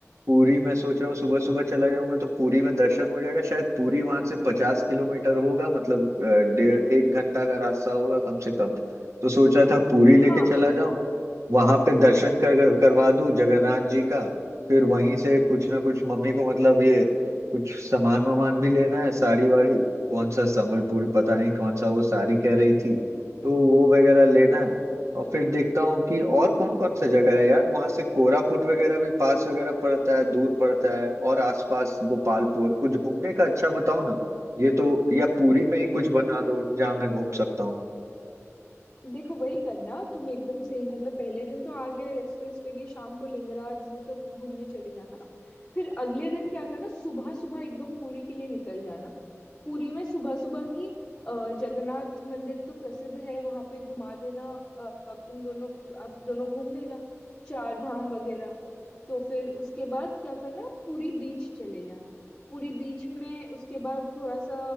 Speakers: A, on the right; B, on the left.
A: पूरी मैं सोच रहा हूँ सुबह सुबह चला जाऊंगा तो पूरी में दर्शन हो जाएगा शायद पूरी वहां से पचास किलोमीटर होगा मतलब अ, डेढ़ एक घंटा का रास्ता होगा कम से कम तो सोच रहा था पूरी लेके
B: हाँ
A: चला
B: एकदम
A: जाऊं वहां पे दर्शन कर करवा दूं जगन्नाथ जी का फिर वहीं से कुछ ना कुछ मम्मी को मतलब ये कुछ सामान वामान भी लेना है साड़ी वाड़ी कौन सा संबलपुर पता नहीं कौन सा वो साड़ी कह रही थी तो वो वगैरह लेना है और फिर देखता हूँ कि और कौन कौन सा जगह है यार वहां से कोरापुट वगैरह भी पास वगैरह पड़ता है दूर पड़ता है और आसपास गोपालपुर कुछ घूमने का अच्छा बताओ ना ये तो या पुरी में ही कुछ बता
B: देखो
A: दो जहाँ मैं घूम सकता हूँ
B: देखो वही करना तुम एकदम सही मतलब पहले दिन तो आगे रेस्ट वेस्ट के लिए शाम को लिंगराज वो सब घूमने चले जाना फिर अगले दिन क्या करना सुबह सुबह एकदम पुरी के लिए निकल जाना पुरी में सुबह सुबह ही अ, जगन्नाथ मंदिर तो प्रसिद्ध है वहां पे घुमा देना अ, अब तुम दोनों तो आप दोनों घूम लेना चार धाम वगैरह तो फिर उसके बाद क्या करना पुरी बीच चले जाना पुरी बीच में उसके बाद थोड़ा सा